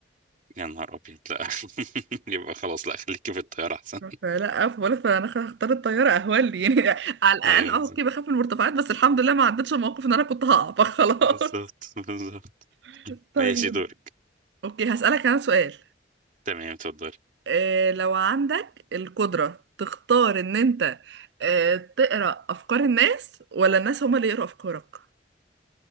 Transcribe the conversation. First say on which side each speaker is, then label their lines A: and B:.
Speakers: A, on the right; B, on the right.
A: يا نهار أبيض لا <laughs> يبقى خلاص لا خليكي في الطيارة أحسن
B: فلا بقول لك انا هختار الطياره اهون لي يعني <laughs> على الاقل
A: ايوه
B: اه
A: بالظبط
B: اوكي بخاف من المرتفعات بس الحمد لله ما عدتش الموقف ان انا كنت هقع فخلاص
A: بالظبط بالظبط.
B: <laughs> طيب
A: ماشي دورك
B: اوكي هسألك انا سؤال
A: تمام اتفضلي
B: إيه لو عندك القدرة تختار ان انت آه، تقرأ افكار الناس ولا الناس هما اللي يقرأوا افكارك